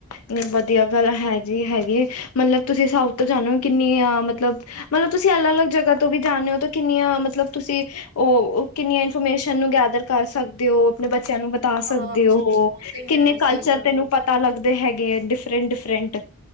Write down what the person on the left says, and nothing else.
ਨਹੀਂ ਵਧੀਆ ਗੱਲ ਹੈ ਜੀ ਹੈਗੀ ਮਤਲਬ ਤੁਸੀਂ ਸਾਊਥ ਤੋਂ ਜਾਂਦੇ ਹੋ ਕਿੰਨੀ ਆ ਮਤਲਬ ਮਤਲਬ ਤੁਸੀਂ ਅਲੱਗ-ਅਲੱਗ ਜਗ੍ਹਾ ਤੋਂ ਵੀ ਜਾਂਦੇ ਹੋ ਤਾਂ ਕਿੰਨੀਆਂ ਮਤਲਬ ਤੁਸੀਂ ਉਹ ਕਿੰਨੀਆਂ ਇਨਫੋਰਮੇਸ਼ਨ ਨੂੰ ਗੈਦਰ ਕਰ ਸਕਦੇ ਹੋ ਆਪਣੇ ਬੱਚਿਆਂ ਨੂੰ ਬਤਾ
ਸਕਦੇ ਹੋ
ਕਿੰਨੇ
ਕਲਚਰ
ਤੈਨੂੰ
ਪਤਾ ਲੱਗਦੇ ਹੈਗੇ ਹੈ ਡਿਫਰੈਂਟ-ਡਿਫਰੈਂਟ।